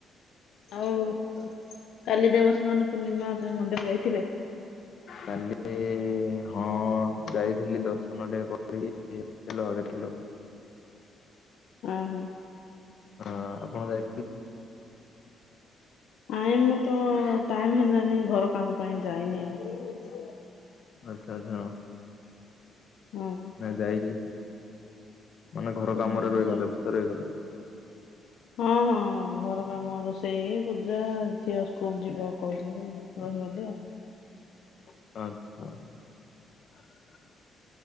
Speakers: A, on the left (about 75°); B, on the left (about 55°).
A: ଆଉ କାଲି ଦେବସ୍ନାନ ପୂର୍ଣ୍ଣିମା ରେ‌ ମନ୍ଦିର ଯାଇଥିଲେ?
B: କାଲି ହଁ। ଯାଇଥିଲି ଦର୍ଶନ ଟେକେ କରିକି <unintelligible> ଥିଲୁ।
A: ଆ ହୋ।
B: ହଁ ଆପଣ ଯାଇ
A: ଆଇମ ତ ଟାଇମ ହେଲାନି ଘର କାମ ପାଇଁ ଯାଇନି ଆଉ।
B: ଆଚ୍ଛା ଆଚ୍ଛା ଆ
A: ହଁ
B: ନା ଯାଇକି ମାନେ ଘର
A: ଓହୋ
B: କାମରେ ରହିଗଲେ ବ୍ୟସ୍ତରେ ରହିଗଲୋ।
A: ହଁ ହଁ ଘର କାମ ରୋଷେଇ ପୂଜା ଝିଅ ସ୍କୁଲ ଯିବା <unintelligible> ରହିଗଲି ଆଉ।
B: <unintelligible>